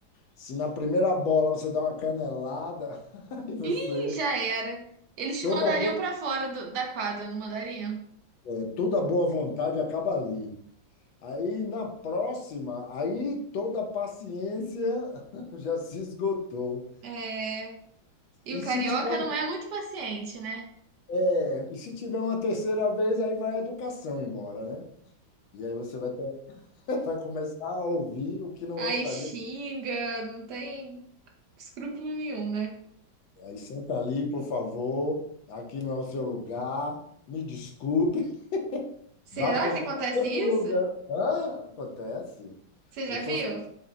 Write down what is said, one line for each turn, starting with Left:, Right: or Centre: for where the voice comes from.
Left: se na primeira bola você dá uma canelada, <laughs> aí você
Right: Ih, já era. Eles
Left: toda
Right: te mandariam
Left: a bo...
Right: pra fora do- da quadra, não mandariam?
Left: é, toda a boa vontade acaba ali. Aí na próxima, aí toda a paciência <laughs> já se esgotou.
Right: É. E
Left: E
Right: o
Left: se
Right: carioca
Left: tiver,
Right: não é muito paciente, né?
Left: é, e se tiver uma terceira vez, aí vai a educação embora, né? E aí você vai ter Vai começar a ouvir o que não
Right: Aí
Left: gostaria.
Right: xinga, não tem. escrúpulo nenhum, né?
Left: Aí senta ali, por favor. Aqui não é o seu lugar. Me desculpe.
Right: Será
Left: Vá procurar
Right: que acontece
Left: outro
Right: isso?
Left: lugar. Hã? acontece.
Right: Você já
Left: Eu tô,
Right: viu?